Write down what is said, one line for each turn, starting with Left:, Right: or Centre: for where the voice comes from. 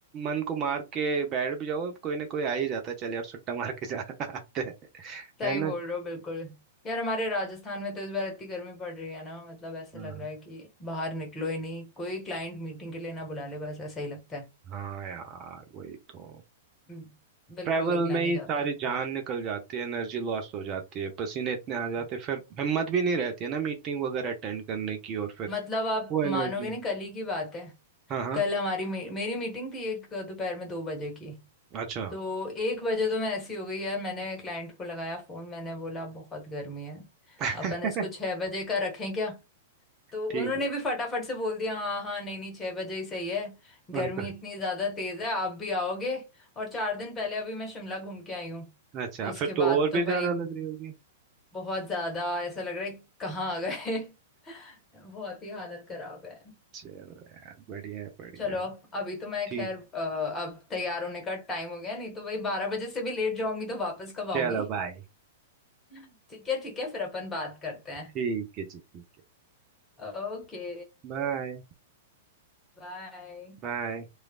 Right: मन को मार के बैठ भी जाओ अब कोई ना कोई आ ही जाता है चल यार सुट्टा मार के जा <laughs> आते हैं
Left: सही
Right: है ना
Left: बोल रहे हो बिल्कुल यार हमारे राजस्थान में तो इस बार इतनी गर्मी पड़ रही है ना मतलब ऐसा
Right: हाँ
Left: लग रहा है कि बाहर निकलो ही नहीं कोई क्लाइंट मीटिंग के लिए ना बुला ले बस ऐसा ही लगता है
Right: हाँ यार वही तो
Left: हम्म, बिल्कुल
Right: ट्रैवल
Left: निकला
Right: में
Left: नहीं
Right: ही
Left: जाता
Right: सारी जान निकल जाती है एनर्जी लॉस हो जाती है पसीने इतने आ जाते हैं फिर हिम्मत भी नहीं रहती है ना मीटिंग वगैरह अटेंड करने की और फिर
Left: मतलब आप
Right: वो
Left: मानोगे
Right: एनर्जी
Left: नहीं कल ही की बात है
Right: हाँ हाँ
Left: कल हमारी मे, मेरी मीटिंग थी एक दोपहर में दो बजे की
Right: अच्छा
Left: तो एक बजे तो मैं ऐसी हो गई यार मैंने क्लाइंट को लगाया फोन मैंने बोला बहुत गर्मी है
Right: <laughs>
Left: अपन इसको छह बजे का रखें क्या तो
Right: ठीक
Left: उन्होंने
Right: है
Left: भी फटाफट से बोल दिया हाँ हाँ नहीं नहीं छह बजे ही सही है
Right: उनका
Left: गर्मी इतनी ज्यादा तेज है आप भी आओगे और चार दिन पहले अभी मैं शिमला घूम के आई हूँ
Right: <laughs> अच्छा
Left: तो उसके
Right: फिर तो
Left: बाद
Right: और
Left: तो
Right: भी ज्यादा
Left: भाई
Right: लग रही होगी
Left: बहुत ज्यादा ऐसा लग रहा है कहाँ आ गए <laughs> बहुत ही हालत खराब है
Right: चलो यार बढ़िया है बढ़िया
Left: चलो
Right: है
Left: अभी तो मैं
Right: ठीक
Left: खैर अ, अब तैयार होने का टाइम हो गया नहीं तो भाई बारह बजे से भी लेट जाऊंगी तो वापस कब
Right: चलो
Left: आऊंगी
Right: बाय
Left: <laughs> ठीक है ठीक है फिर अपन बात करते हैं
Right: ठीक है जी ठीक है
Left: ओके
Right: बाय
Left: बाय
Right: बाय